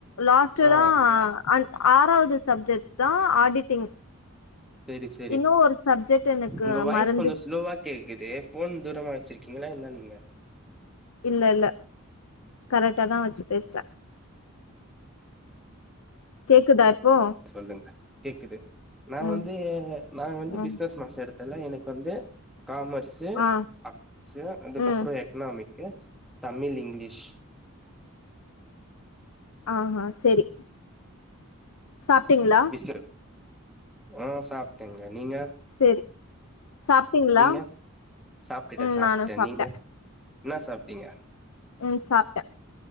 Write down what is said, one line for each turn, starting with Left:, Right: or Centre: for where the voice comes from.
Left: லாஸ்ட்டடா
Centre: ஆ
Left: அந் ஆறாவது சப்ஜெக்ட்தா ஆடிட்டிங்
Centre: சேரி சேரி
Left: இன்னு ஒரு சப்ஜெக்ட் எனக்கு
Centre: உங்க வாய்ஸ்
Left: மறந்து
Centre: கொஞ்ச ஸ்லோவா கேக்குது ஃபோன் தூரமா வச்சிருக் கீங்களா என்ன நீங்க
Left: இல்ல இல்ல கரெக்டாதா வச்சு பேசுற கேக்குதா இப்போ
Centre: சொல்லுங்க கேக்குது நா
Left: ம்
Centre: வந்து நா வந்து
Left: ம்
Centre: பிசினஸ் மேக்ஸ் எடுத் இதெல்லா எனக்கு வந்து காமர்ஸு
Left: ஆ
Centre: ஆக்ஸு அதுக்கப்புற
Left: ம்
Centre: எக்னாமி தமிழ் இங்கிலிஷ்
Left: ஆஹா செரி சாப்பிட்டீங்களா
Centre: பிசினஸ் ஆ சாப்டேங்க நீங்க
Left: செரி சாப்ட்டீங்களா
Centre: நீங்க சாப்பிட்ட
Left: ம்
Centre: சாப்டே
Left: நானு சாப்ட்ட
Centre: நீங்க என்னா சாப்டீங்க
Left: ம் சாப்ட